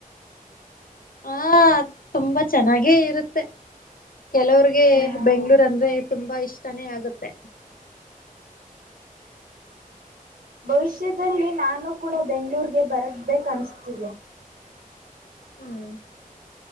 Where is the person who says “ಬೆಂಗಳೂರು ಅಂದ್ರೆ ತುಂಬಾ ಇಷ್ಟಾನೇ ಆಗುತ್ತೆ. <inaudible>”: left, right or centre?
Left